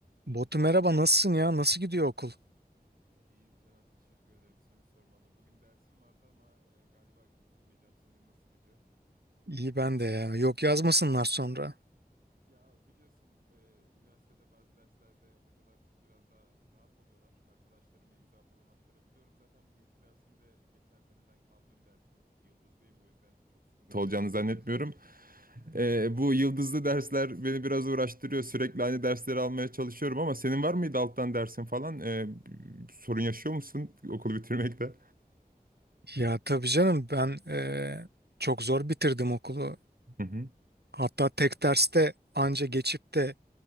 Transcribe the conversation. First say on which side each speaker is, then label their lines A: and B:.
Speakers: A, on the right; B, on the right.
A: Botu merhaba nasılsın ya? Nasıl gidiyor okul? İyi ben de ya. Yok yazmasınlar sonra.
B: zannetmiyorum. Ee, bu yıldızlı dersler beni biraz uğraştırıyor. Sürekli aynı dersleri almaya çalışıyorum ama senin var mıydı alttan dersin falan? Ee, sorun yaşıyor musun okulu bitirmekte?
A: Ya tabii canım ben eee, çok zor bitirdim okulu.
B: Hı hı.
A: Hatta tek derste anca geçip de